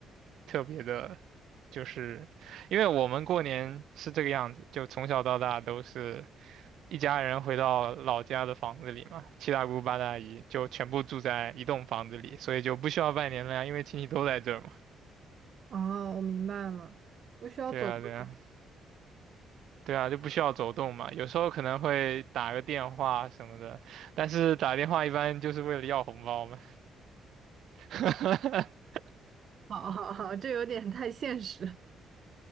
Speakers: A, on the right (about 65°); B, on the right (about 45°).
A: 特别的，就是因为我们过年是这个样子，就从小到大都是。一家人回到老家的房子里嘛，七大姑八大姨就全部住在一栋房子里，所以就不需要拜年了呀，因为亲戚都在这儿嘛。
B: 哦，我明白了，不需要走个，
A: 对啊，对啊，对啊，就不需要走动嘛。有时候可能会打个电话什么的，但是打电话一般就是为了要红包嘛。<laughs>
B: 好好好，<laughs> 这有点太现实。